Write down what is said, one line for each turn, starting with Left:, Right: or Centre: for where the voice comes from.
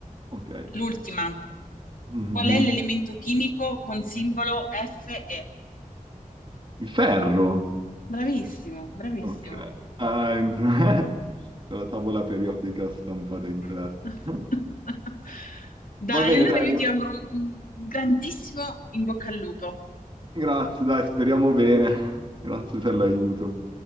Right: Ok.
Left: L'ultima.
Right: Mhm.
Left: Qual è l'elemento chimico con simbolo Fe?
Right: Il ferro.
Left: Bravissimo, bravissimo.
Right: Ok. Ah, entra- <laughs> con la tavola periodica stampata in
Left: <laughs>
Right: testa. <laughs>
Left: Dai,
Right: Va bene,
Left: allora
Right: dai,
Left: io
Right: allora.
Left: ti auguro un un grandissimo in bocca al lupo.
Right: grazie, dai, speriamo bene. <laughs> Grazie per l'aiuto.